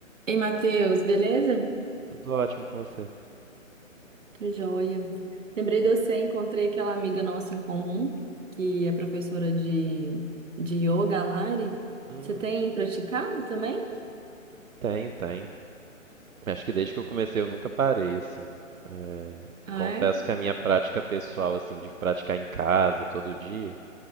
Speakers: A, on the right; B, on the right.
A: Ei, Matheus, beleza?
B: Tudo ótimo com você.
A: Tô joia. Lembrei de você, encontrei aquela amiga nossa em comum, que é professora de, de yoga, a Lari.
B: Hum,
A: Você tem praticado também?
B: tenho, tenho. Acho que desde que eu comecei eu nunca parei, assim. É,
A: Ah,
B: confesso
A: é?
B: que a minha prática pessoal, assim, de praticar em casa todo dia,